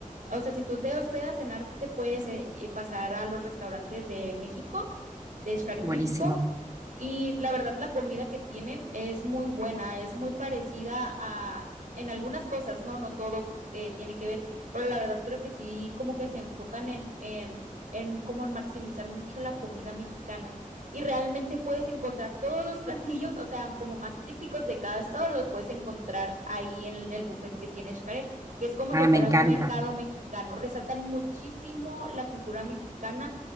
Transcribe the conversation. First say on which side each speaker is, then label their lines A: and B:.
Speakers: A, on the right; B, on the right.
A: o sea, si tú te hospedas en Arte, te puedes eh, eh, pasar a los restaurantes de México, de Xcaret
B: Buenísimo.
A: México, y la verdad, la comida que tienen es muy buena, es muy parecida a, en algunas cosas, ¿no? No todo eh, tiene que ver, pero la verdad creo que sí, como que se enfocan en, en, en como en maximizar mucho la comida mexicana. Y realmente puedes encontrar todos los platillos, o sea, como más típicos de cada estado, los puedes encontrar ahí en el buffet que tiene Xcaret que es como
B: Ah,
A: si fuera
B: me encanta.
A: un mercado mexicano. Resaltan muchísimo la cultura mexicana.